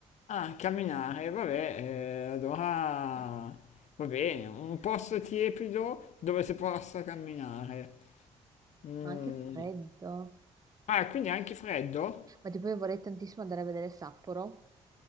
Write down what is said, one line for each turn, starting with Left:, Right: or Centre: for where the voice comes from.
Left: ah, camminare, vabbè, eh, allora va bene, un posto tiepido dove si possa camminare. Mm.
Right: ma anche freddo.
Left: Ah, quindi anche freddo?
Right: Ma tipo, io vorrei tantissimo andare a vedere Sapporo.